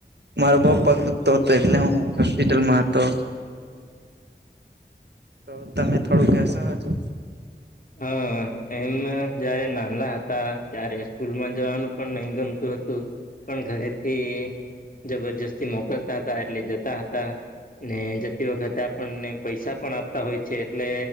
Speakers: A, on the right; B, on the left.
A: મા બહુ પગ દુખતો હતો એટલે હું હોસ્પિટલમાં હતો.
B: <inaudible>
A: તો તમે થોડું કેસો હજો?
B: હા. એમ જયારે નાનલા હતા ત્યારે સ્કૂલમાં જવાનું પણ નહી ગમતું હતું. પણ ઘરેથી જબરજસ્તી મોકલતા હતા એટલે જતા હતા. ને જતી વખતે આપણને પૈસા પણ આપતા હોય છે એટલે